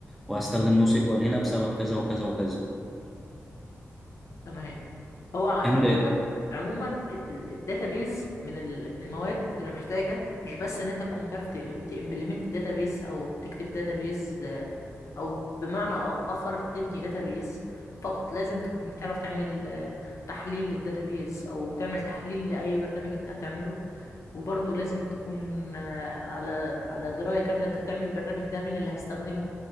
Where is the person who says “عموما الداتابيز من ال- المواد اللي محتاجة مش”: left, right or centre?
Left